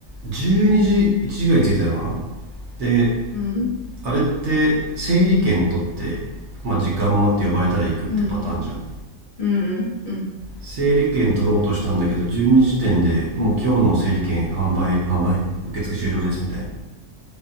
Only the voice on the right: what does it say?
12時、1時ぐらいに着いたのかなで、
あれって、整理券取って、まあ、時間待って呼ばれたら行くってパターンじゃん。
整理券取ろうとしたんだけど、12時点でもう今日の整理券販売、
販売、受付終了ですみたいな。